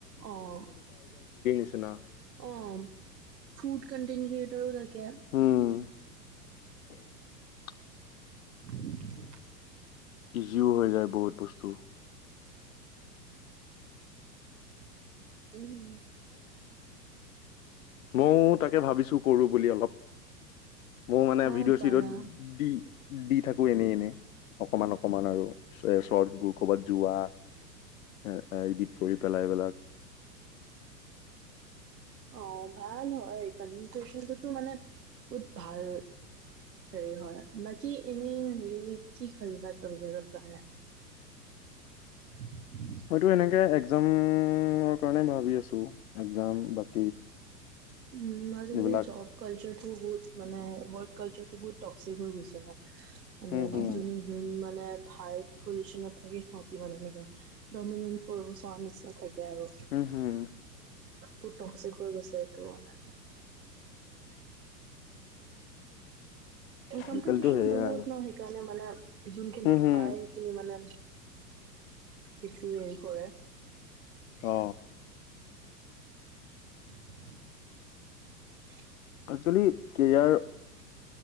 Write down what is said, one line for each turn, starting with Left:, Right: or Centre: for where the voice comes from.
Right: অ <unintelligible>
Left: বিছনা
Right: অ ফুড কণ্টেন ক্ৰিয়েটৰ থ কে
Left: উম <inaudible>
Right: <inaudible>
Left: ইজিও হৈ যায় বহুত বস্তু
Right: উম
Left: ময়ও তাকে ভাবিছো কৰো বুলি অলপ মই মানে
Right: অ
Left: ভিডিঅ'
Right: পাৰা।
Left: চিটত দি দি থাকো এনেই এনেই অকমান অ অকমান আৰু শৰ্টছবোৰ ক'বাত যোৱা এ এডট কৰি পেলাই এইবিলাক
Right: অ ভাল হয় কনটেনতো মানে বহুত ভাল হেৰি হয় বাকি এনে হেৰি কি ভাবিছা কেৰীয়াৰৰ কাৰণে <unintelligible>
Left: মইটো এনেকে যামৰ কাৰণে ভাবি আছোঁ <unintelligible> এ্জাম বী <unintelligible>
Right: উম আজি
Left: এইবিলাক
Right: কালি জব কালচাৰটো বহুত <unintelligible> মানে ৱৰ্ড কালচাৰটো বহুত টক্সিক হৈ গৈছে ন মানে
Left: উম হুম
Right: যোন যোন মানে ভাই পজিচনত <unintelligible> থাকে সিহঁতি এনেকুৱা দমিনিত কৰিব চাও নিশ্চয় থাক। থাকে আৰু
Left: উম হুম
Right: ফুত থক্সিক হৈ গৈছেটো এটো মানে ইনকাম কম্পিটিচন
Left: আজিকালিতো সেয়াই
Right: বহুত
Left: আৰু
Right: ন সেইকাৰণে মানে যোনখিনিয়ে
Left: উম হুম
Right: পায় সেইখিনিয়ে মানে বেছি সেই কৰে।
Left: অ
Right: <inaudible>
Left: একচুৱেলি কেৰিয়াৰ